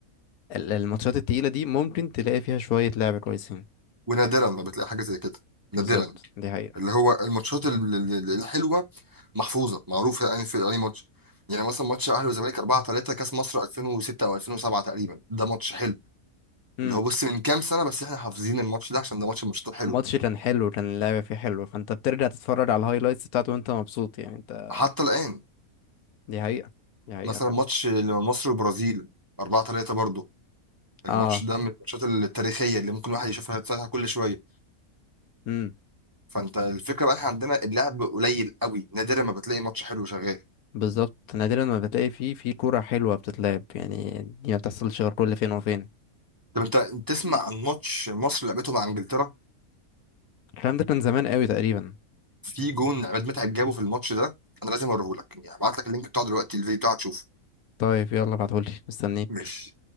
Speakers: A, on the left; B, on the right.
A: ال- الماتشات التقيله دي ممكن تلاقي فيها شويه لعب كويسين
B: ونادرا ما بتلاقي حاجه زي كده نادرا
A: بالظبط دي حقيقه
B: اللي هو الماتشات ال- ال- ال- الحلوه محفوظه معروفه يعني في اي ماتش يعني مثلا ماتش اهلي وزمالك 4 3 كاس مصر 2006 او 2007 تقريبا ده ماتش حلو
A: امم
B: اللي هو بص من كام سنه بس احنا حافظين الماتش ده عشان ده ماتش من الماتشات الحلوه
A: الماتش كان حلو كان اللعب فيه حلو فانت بترجع تتفرج على الهايلايتس بتاعته وانت مبسوط يعني انت
B: حتى الان
A: دي حقيقه دي حقيقه
B: مثلا
A: فعلا
B: ماتش مصر والبرازيل 4 3 برضه الماتش
A: اه
B: ده من الماتشات التاريخيه اللي ممكن واحد يشوفها يتفتح كل شويه
A: امم.
B: فانت الفكره بقى احنا عندنا اللعب قليل قوي نادرا ما بتلاقي ماتش حلو شغال
A: بالظبط نادرا ما بتلاقي فيه في كورة حلوة بتتلعب يعني دي ما بتحصلش غير كل فين وفين
B: طب انت تسمع عن ماتش مصر لعبته مع انجلترا
A: الكلام ده كان زمان قوي تقريبا
B: في جون عماد متعب جابه في الماتش ده انا لازم اوريهولك يعني هبعت لك اللينك بتاعه دلوقتي الفيديو بتاعه تشوفه
A: طيب يلا ابعتهولي مستنيك
B: ماشي